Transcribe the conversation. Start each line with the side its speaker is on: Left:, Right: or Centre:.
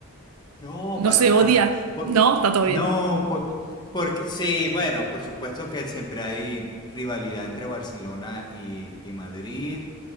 Left: No,
Right: ¿No
Left: para
Right: se
Left: nada.
Right: odia?
Left: Por-
Right: No, está todo bien.
Left: no, por, porque sí, bueno, por supuesto que siempre hay rivalidad entre Barcelona y, y Madrid.